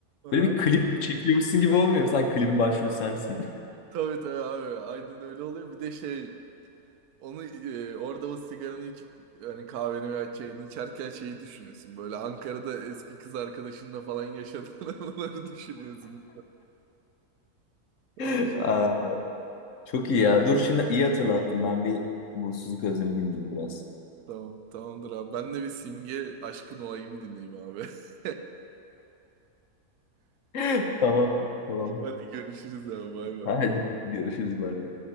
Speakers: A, on the right (about 80°); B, on the left (about 60°).
A: Aha.
B: Böyle bir klip çekiyormuşsun gibi olmuyor mu? Sen klibin başrolü sensin.
A: Tabii tabii abi. Aynen öyle oluyor. Bir de şey Onu e, orada o sigaranı içip hani kahveni veya çayını içerken şeyi düşünüyorsun. Böyle Ankara'da eski kız arkadaşınla falan yaşadığın <laughs> anıları düşünüyorsun. Öyle
B: <laughs>
A: şey.
B: Aa, çok iyi ya. Dur şimdi iyi hatırlattım. Ben bir bu Suzuki Özlem'i dinleyeyim biraz.
A: Tamam, tamamdır abi. Ben de bir Simge Aşkın Olayım dinleyeyim abi. <laughs>
B: <laughs> Tamam, tamam.
A: Hadi görüşürüz abi. Bay bay.
B: Hadi görüşürüz bay bay.